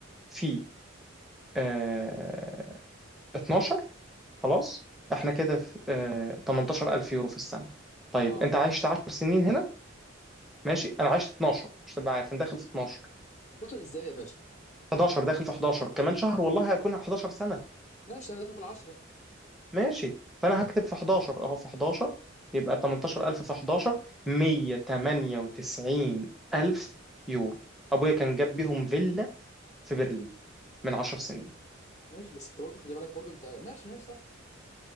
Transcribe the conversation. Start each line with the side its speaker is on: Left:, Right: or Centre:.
Centre: في آه 12 خلاص احنا كده في آه 18000 يورو في السنه طيب
Left: اه
Centre: انت عشت 10 سنين هنا ماشي انا عشت 12 مش تبقى عارف انا داخل في 12
Left: 12 ازاي يا باشا
Centre: 11 داخل في 11 كمان شهر والله هكون 11 سنه
Left: ماشي انا داخل في العشرة
Centre: ماشي فانا هكتب في 11 اهو في 11 يبقى 18000 في 11 198000 يورو ابويا كان جاب بيهم فيلا في برلين من 10 سنين
Left: ماشي بس انت برضه خلي بالك برضه انت ماشي ماشي صح